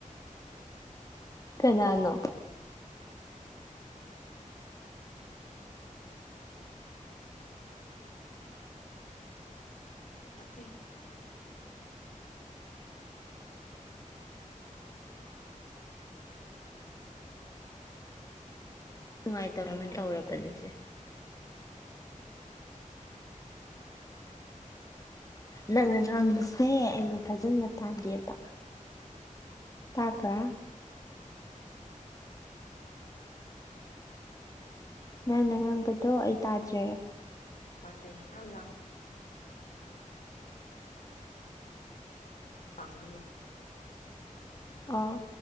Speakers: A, on the left (about 25°); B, on the left (about 70°).
A: ꯀꯅꯥꯅꯣ꯫
B: ꯑꯈꫭꯏ꯫
A: ꯅꯨꯡꯉꯥꯏꯇꯧꯔꯝ
B: ꯁꯤꯅꯤꯗ
A: ꯍꯧꯔꯕꯅꯤꯁꯦ꯫ ꯅꯪꯅ ꯉꯥꯡꯕꯁꯦ ꯑꯩꯅ ꯐꯖꯅ ꯇꯥꯗꯦꯕ ꯇꯥꯕ꯭ꯔꯥ꯫ ꯅꯪꯅ ꯍꯪꯕꯗꯣ ꯑꯩ ꯇꯥꯗ꯭ꯔꯦ꯫
B: ꯃꯥꯁꯦ ꯌꯥꯝ ꯂꯥꯡ꯫ ꯄꯥꯝꯕꯅꯤ꯫
A: ꯑꯣ꯫